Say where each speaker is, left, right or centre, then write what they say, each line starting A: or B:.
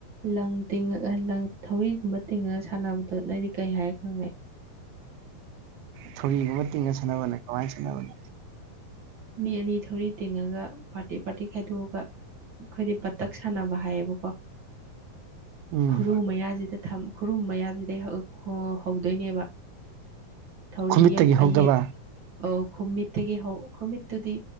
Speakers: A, on the right (about 65°); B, on the right (about 85°).
A: ꯂꯪ ꯇꯤꯡꯉꯒ ꯂꯪ ꯊꯧꯔꯤꯒꯨꯝꯕ ꯇꯤꯡꯉꯒ ꯁꯥꯟꯅꯕꯗꯣ ꯅꯣꯏꯗꯤ ꯀꯩ ꯍꯥꯏꯔ ꯈꯪꯅꯩ
B: ꯊꯧꯔꯤꯒꯨꯝꯕ ꯇꯤꯡꯉꯒ ꯁꯥꯟꯅꯕꯅꯦ ꯀꯃꯥꯏꯅ ꯁꯥꯟꯅꯕꯅꯣ
A: ꯃꯤ ꯑꯅꯤ ꯊꯧꯔꯤ ꯇꯤꯡꯉꯒ ꯄꯥꯔꯇꯤ ꯄꯥꯔꯇꯤ ꯈꯥꯏꯗꯣꯛꯑꯒ ꯑꯩꯈꯣꯏꯗꯤ ꯄꯇꯛ ꯁꯥꯟꯅꯕ ꯍꯥꯏꯌꯦꯕꯀꯣ
B: ꯎꯝ
A: ꯈꯨꯔꯨ ꯃꯌꯥꯁꯤꯗ ꯈꯨꯔꯨ ꯃꯌꯥꯁꯤꯗꯩ ꯍꯧꯗꯣꯏꯅꯦꯕ ꯊꯧꯔꯤꯌꯦꯜ
B: ꯈꯨꯃꯤꯠꯇꯒꯤ ꯍꯧꯗꯕ
A: ꯑꯌꯦꯠ ꯑ ꯈꯨꯨꯝꯃꯤꯠꯇꯒꯤ ꯍꯧ ꯈꯨꯨꯝꯃꯤꯠꯇꯨꯗꯤ